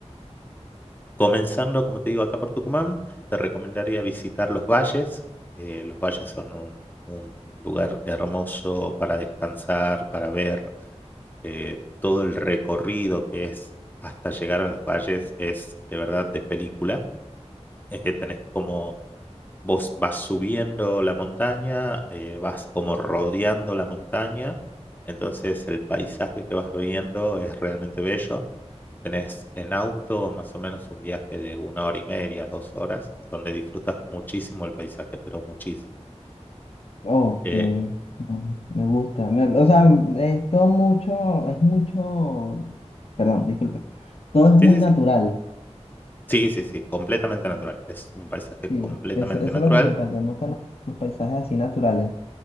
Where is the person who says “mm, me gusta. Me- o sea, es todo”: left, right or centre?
Left